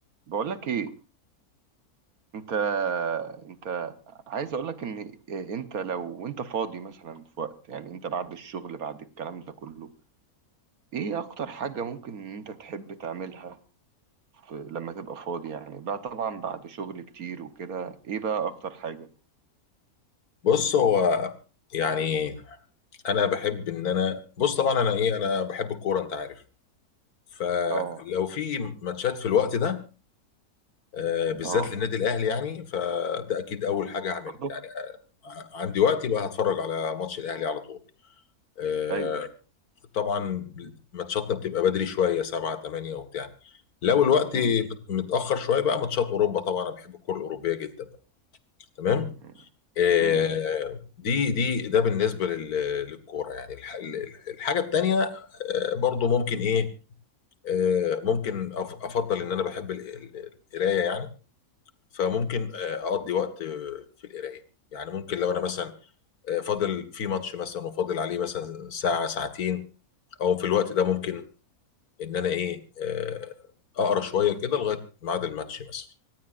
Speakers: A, on the right; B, on the left.
A: بقول لك ايه انت انت عايز اقول لك ان إيه، انت لو انت فاضي مثلا في وقت يعني انت بعد الشغل بعد الكلام ده كله ايه اكتر حاجة ممكن ان انت تحب تعملها في لما تبقى فاضي يعني بقى طبعا بعد شغل كتير وكده ايه بقى اكتر حاجة
B: بص هو يعني انا بحب ان انا بص طبعا انا ايه انا بحب الكوره انت عارف فلو
A: اه
B: في ماتشات في الوقت ده آه، بالذات
A: اه
B: للنادي الاهلي يعني فده اكيد اول حاجه هعملها
A: برضه
B: يعني آه، عندي وقت يبقى هتفرج على ماتش الاهلي على طول آه،
A: ايوه ايوه
B: طبعا ماتشاتنا بتبقى بدري شويه 7 8 وبتاع لو الوقت
A: مم،
B: متاخر شويه بقى ماتشات اوروبا طبعا انا بحب الكوره الاوروبيه جدا بقى تمام
A: مم، مم،
B: آه،
A: مم،
B: دي دي ده بالنسبه لل- للكوره يعني الح- ال- الحاجه التانيه آه، برضو ممكن ايه آه، ممكن أف- افضل ان انا بحب ال- ال- القرايه يعني فممكن آه، اقضي وقت آه، في القرايه يعني ممكن لو انا مثلا آه، فاضل في ماتش مثلا وفاضل عليه مثلا ساعه ساعتين او في الوقت ده ممكن ان انا ايه آه، اقرا شويه كده لغايه ميعاد الماتش مثلا